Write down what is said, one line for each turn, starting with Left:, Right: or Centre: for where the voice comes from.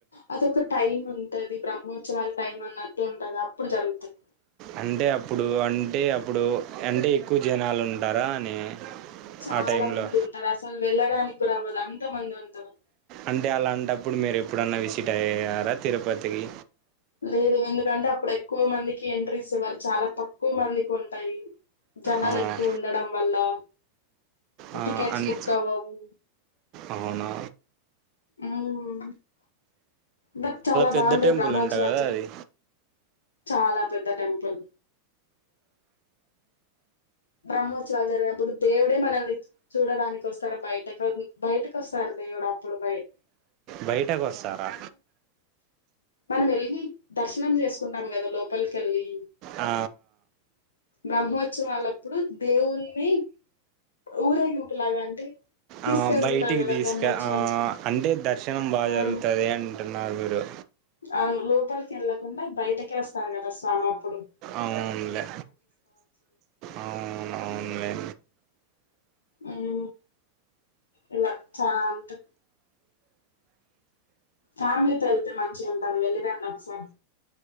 Left: అదొక టైమ్ ఉంటది బ్రము త్సవాలు టైం అన్నట్టు ఉంటది అప్పుడు జరుగుతది
Right: అంటే అప్పుడు అంటే అప్పుడు అంటే ఎక్కువ జనాలుంటారా అని
Left: చాలా
Right: ఆ టైంలో
Left: మంది ఉంటారు అసలు వెళ్ళడానికి కూడా అవ్వదు అన్ త మంది ఉంటారు
Right: అంటే అలాంటపుడు మీరు ఎప్పుడన్నా విసిట్ అయ్యారా తిరుపతికి
Left: లేదు ఎందుకంటే అపుడు ఎక్కువ మందికి ఎంట్రీస్ ఇవరు చాలా తక్కువ మందికి ఉంటాయి జనాలు
Right: ఆ,
Left: ఎక్కువ ఉండడం వల్ల
Right: ఆ,
Left: టికెట్స్
Right: అన్-
Left: బుక్ అవ్వవు
Right: అవునా
Left: ఉ బట్ చాలా
Right: పెద్ద
Left: బాగుండయి
Right: టెంపుల్
Left: బ్రహ్మోత్సవాలు
Right: అంట కదా
Left: జరి
Right: అది
Left: చాలా పెద్ద టెంపుల్ బ్రహ్మోత్సవాలు జరిగినపుడు దేవుడే మనల్ని చూ చూడడానికి వస్తాడు బయటకు బయటికి వస్తాడు దేవుడు అపుడు బాయ్
Right: బయట గోస్తారా
Left: మనం వెళ్ళి దర్శనం చేసుకుంటాం కదా లోపల్కి వెళ్ళి
Right: ఆ
Left: బ్రహ్మోత్సవాలాపుడు దేవుల్ని ఊరేగింపు లాగా అంటే తీసుకెళ్తుంటారు
Right: ఆ బయటికి
Left: కదా
Right: తీసుకరా
Left: బ్రహ్మోత్సవం
Right: అంటే దర్శనం బా జరుగుతాది
Left: అవును
Right: అంటున్నారు డు
Left: అవును లోపలికి వెళ్ళకుండా బయటకే వస్తారు కదా స్వామి అపుడు
Right: అవునులే అవునవులే
Left: హు ఇలాంచంతు ఫ్యామిలీతో వెళ్తే మంచిగా ఉంటది వెళ్లిరాండి ఒకసారి